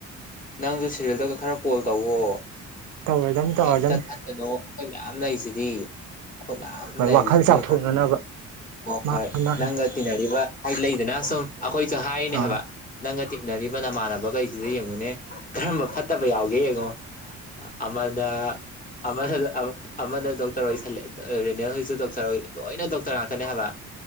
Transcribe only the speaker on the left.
ꯅꯪꯁꯨ ꯁꯦꯔꯤꯜꯗꯒ ꯈꯔ ꯀꯣꯜ ꯇꯧꯋꯣ
ꯀꯩꯇ ꯀꯩꯅꯣ ꯑꯩꯈꯣꯏ ꯃꯌꯥꯝ ꯂꯩꯔꯤꯁꯤꯗꯤ ꯑꯩꯏꯅꯥ ꯃꯌꯥꯝ
ꯂꯩꯁꯤꯗꯤ
ꯍꯣꯏ
ꯍꯣꯏ
ꯅꯪꯒ ꯇꯤꯟꯅꯔꯤꯕ ꯍꯥꯏ ꯂꯩꯗꯅ ꯁꯨꯝ ꯑꯩꯈꯣꯏꯁꯨ ꯍꯥꯏꯔꯤꯅꯦ
ꯍꯥꯏꯕ ꯅꯪꯅ ꯇꯤꯟꯅꯔꯤꯕ ꯅꯃꯥꯟꯅꯕꯒꯩ ꯁꯤꯗ ꯌꯦꯡꯉꯨꯅꯦ ꯀꯔꯝꯕ ꯐꯠꯇꯕ ꯌꯥꯎꯒꯦ ꯌꯦꯡꯉꯣ ꯑꯃꯗ ꯑꯃꯥꯅ ꯑ ꯑꯃꯗ ꯗꯣꯛꯇꯔ ꯑꯣꯏꯁꯜꯂꯦ ꯔꯦꯅꯦꯜ ꯍꯣꯏꯁꯨ ꯗꯣꯛꯇꯔ ꯑꯣꯏ ꯂꯣꯏꯅ ꯗꯣꯛꯇꯔ ꯉꯥꯛꯇꯅꯦ ꯍꯥꯏꯕ